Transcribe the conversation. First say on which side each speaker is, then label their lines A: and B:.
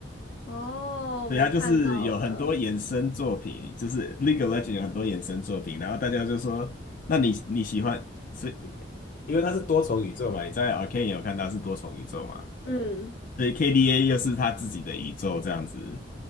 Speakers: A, on the left (about 75°); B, on the left (about 45°).
A: 哦，
B: 对，
A: 我看到了，
B: 他就是有很多衍生作品，就是 l e g a e l e g e n d 有很多衍生作品，然后大家就说，那你你喜欢，所以因为它是多重宇宙嘛，你在 Arcane 有看到是多重宇宙嘛？
A: 嗯，
B: 所以 k d a 又是他自己的宇宙这样子，